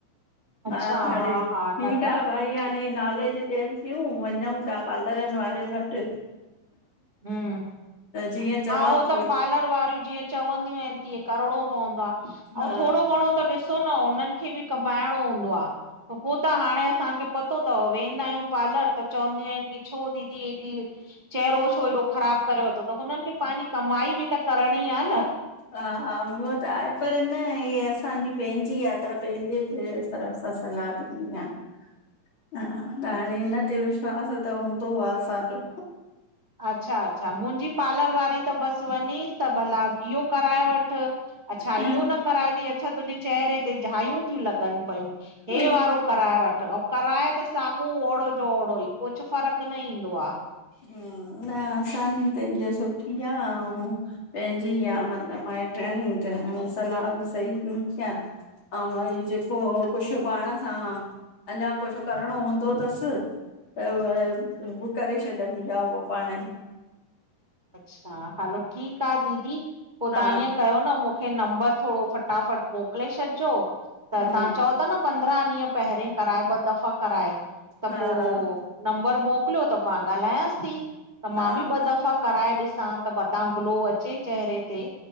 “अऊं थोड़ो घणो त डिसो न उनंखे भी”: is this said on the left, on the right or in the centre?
Right